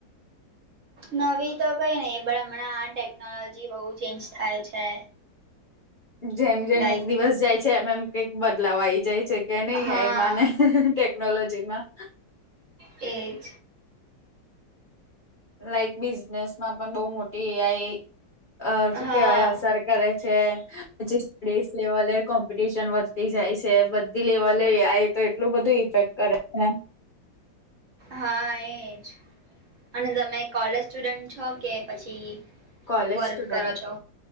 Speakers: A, on the right; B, on the left.
A: નવી તો કઈ નઈ પણ હમણાં આ ટેકનોલોજી બહુ ચેન્જ થાય છે.
B: જેમ જેમ
A: લાઈક
B: એક દિવસ જાય છે એમ એમ કઈક બદલાવ આય જાય છે. કે
A: હા
B: એમાં ને ટેકનોલોજીમાં.
A: એજ
B: લાઈક બિઝનેસ માં પણ બહુ મોટી એ આઈ અ શું
A: હા
B: કહેવાય અસર કરે છે. પછી સ્ટેટ લેવલે કોમ્પિટિશન વધતી જાય છે બધી લેવલે એ આઈ એ તો એટલું બધું ઇફેક્ટ કરે છે ને
A: હા એજ અને તમે કોલેજ સ્ટુડન્ટ છો કે પછી
B: કોલેજ
A: વર્ક
B: સ્ટુડન્ટ
A: કરો છો